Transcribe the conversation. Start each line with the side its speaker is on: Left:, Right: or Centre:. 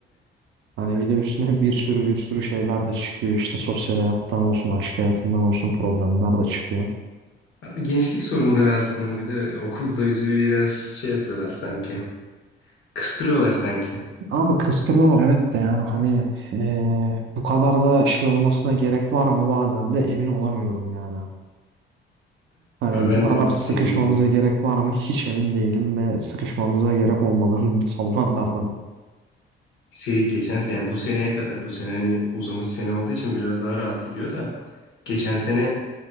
Right: Hani bir de üstüne bir sürü bir sürü şeyler de çıkıyor. İşte sosyal hayattan olsun, aşk hayatından olsun problemler de çıkıyor.
Left: Abi gençlik sorunları aslında bir de okulda bizi biraz şey yapıyorlar sanki. Kıstırıyorlar sanki.
Right: Abi kıstırıyorlar evet de yani hani eee, bu kadar da şey olmasına gerek var mı bazen de emin olamıyorum yani. Hani
Left: Ama ben
Right: bu kadar
Left: de
Right: sıkışmamıza
Left: emin değilim.
Right: gerek var mı hiç emin değilim ve sıkışmamıza gerek olmadığını <laughs> savunanlardan.
Left: Şey geçen sene yani bu seneye kadar bu sene hani uzamış sene olduğu için biraz daha rahat gidiyor da geçen sene